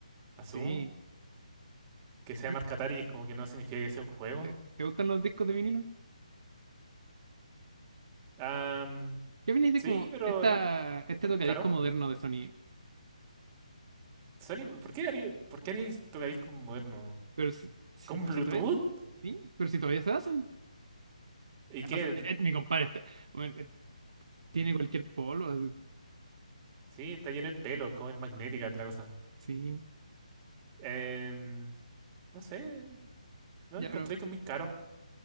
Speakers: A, on the right; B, on the right.
A: Asumo
B: Sí.
A: que sea
B: Creo-
A: marca Atari es como que no significa que sea un juego.
B: ¿Te, te gustan los discos de vinilo?
A: Am,
B: ¿Qué opináis de
A: sí,
B: como
A: pero
B: esta,
A: no, no
B: este
A: es
B: tocadisco
A: muy caro.
B: moderno de Sony?
A: Sony, ¿por qué haría, por qué haríais tocadiscos moderno
B: Pero si, si-
A: ¿Con
B: pero
A: Bluetooth?
B: si todavía, ¿sí? Pero si todavía se hacen.
A: ¿Y qué?
B: O sea, eh, mi compadre está- bueno, eh, tiene
A: ¿Mm?
B: cualquier polo. así,
A: Sí, está lleno de pelos, como es magnética la cosa.
B: Sí.
A: Em, no sé, no
B: Ya,
A: encontré
B: pero
A: que es muy caro.